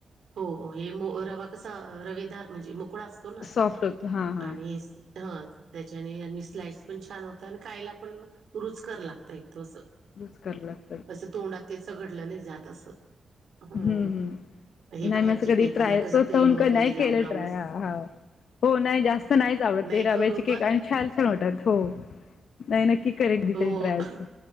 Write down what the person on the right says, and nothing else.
हो हो हे रवा कसा रवेदार म्हणजे मोकळा असतो ना
आणि हा त्याच्याने आणि स्लाइस पण छान होतं आणि खायला पण रुचकर लागत एकदमं असं.
तसं तोंडात त्याच घडलं नाही जात असं. हं
हे
बाहेरचे
केकांना
कसं
क्रीम
वगैरे
लावून लावूनच
नाही
करून
बघ
हो